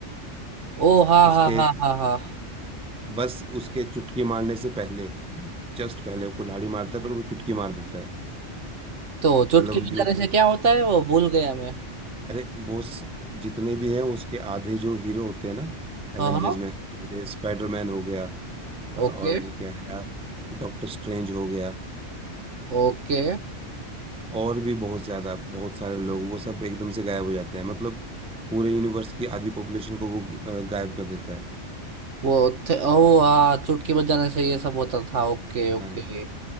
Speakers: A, on the right; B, in the centre.
A: ओ हाँ
B: उसके
A: हाँ हाँ हाँ हाँ
B: बस उसके चुटकी मारने से पहले जस्ट पहले वो कुल्हाड़ी मारता है पर वो चुटकी मार देता है
A: तो चुटकी
B: मतलब
A: बजाने
B: जो
A: से क्या होता है वो भूल गया मैं
B: अरे वो स- जितने भी हैं उसके आधे जो हीरो होते हैं ना एवेंजर्स
A: हाँ हाँ
B: में जैसे स्पाइडरमैन हो गया अ, और
A: ओके
B: वो क्या है यार डॉक्टर स्ट्रेंज हो गया
A: ओके
B: और भी बहुत ज्यादा बहुत सारे लोग वो सब एकदम से गायब हो जाते हैं मतलब पूरे यूनिवर्स की आधी पॉपुलेशन को वो अ, गायब कर देता है
A: वो थे ओ हाँ चुटकी बजाने से ये सब होता था Okay okay
B: हाँ